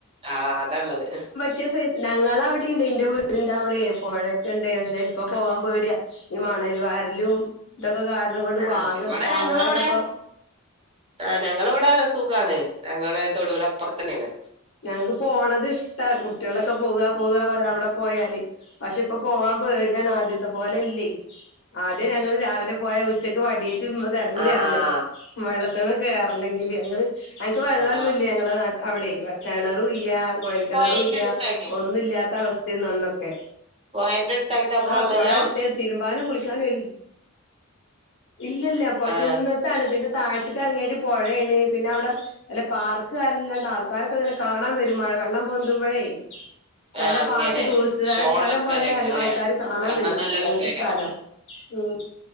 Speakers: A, on the right; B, on the left.
A: ആഹ് അതാള്ളത്
B: ക്ക്യേ സൈസ് ഞങ്ങളെ അവ്ടിം ഇണ്ട് ഇന്റെ വീടിന്റെ അവ്ടേയ് പൊഴൊക്കെണ്ട് പക്ഷെ ഇപ്പ പോകാം പേട്യ ഈ മണല് വാരലും ഇതൊക്കെ കാരണം കൊണ്ട്
A: ആഹ്
B: പ്പൊആകെ
A: ഇവിടെ
B: ഇപ്പോ ആൾക്കാരൊക്കെ
A: ഞങ്ങളിവിടെ
B: ഇപ്പൊ
A: ആഹ് ഞങ്ങളെ ഇവ്ടെ സുഖാണ് ഞങ്ങളെ തൊടൂല് അപ്പർത്തന്നേണ്
B: ഞങ്ങക്ക് പോണത് ഇഷ്ട കുട്ട്യാളൊക്കെ പോവ പോവ പറിം അവടെ പോയാല് പക്ഷെ ഇപ്പ പോകാം പേടിയാണ് ആദ്യത്തെ പോലെലെല്ലെയ് ആദ്യം ഞങ്ങള് രാവിലെ പോയ ഉച്ചയ്ക്ക് വടിയേട്ട് മ്മ തെരഞ്
A: ആഹ്
B: വെർണം
A: ആഹ്
B: വെള്ളത്തിന്ന് ക്കേറണെങ്കില് അങ്ങള് ഞങ്ങക്ക് വെള്ളം
A: ആഹ്
B: ഒന്നുല്ലേ
A: ആഹ്
B: ഞങ്ങളെ നാ അവടെയ് കെണറുല്ല്യ കൊഴൽ കെണറുല്ല്യ
A: പൊഴേന്റെ അടുത്തായിട്ടോ
B: ഒന്നുഇല്ല്യാത്ത അവസ്ഥേയ്ന്ന് അന്നൊക്കെ
A: പൊഴേന്റെ അടുത്തായിട്ട് അപ്പൊ
B: ആഹ്
A: വെള്ളല്ല
B: പൊഴ അട്ത്തെ തിര്മ്പാനും കുളിക്കാനുംഎൽ ഇല്ലല്ല അപ്പ
A: ആഹ്
B: കുന്ന ത്താണ് പിന്നെ താഴത്ത്ക്കെർങ്യാല് പൊഴേണ് പിന്നെ അവിടെ അല്ല പാർക്ക് അർഞ്ഞ്ങ്ങാണ്ട് ആൾക്കാരൊ ക്കെ ഇങ്ങനെ കാണാൻ വെരും മഴ വെള്ളം പൊന്തുമ്പഴേ അല്ല
A: ആഹ് അങ്ങനെ
B: പാർക്ക് ടൂറിസ്റ്റ് സലം
A: ഷോ
B: സ്ഥലം
A: ഉള്ള സ്ഥലേക്കാരം
B: പോലെ നല്ല
A: അല്ലേ
B: ആൾക്കാര് കാണാൻ വെരും
A: നല്ല
B: അങ്ങൻത്തെ
A: രസേക്കാരം
B: സ്ഥലാ ഉം